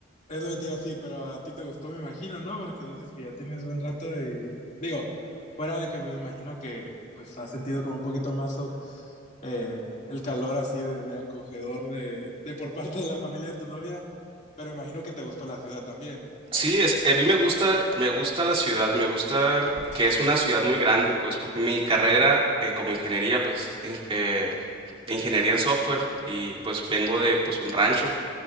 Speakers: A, on the left; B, on the right.
A: Es lo que te digo sí pero a ti te gustó, me imagino, ¿no? Porque dices que ya tienes buen rato y digo, fuera de que pues, me imagino que pues has sentido como un poquito más o- eh, el calor así de, de acogedor de, de por parte de la familia de tu novia, pero me imagino que te gustó la ciudad también.
B: Sí, es, a mí me gusta, me gusta la ciudad, me gusta que es una ciudad muy grande, pues mi carrera eh, como ingeniería, pues in- eh, ingeniería en software y pues vengo de pues un rancho.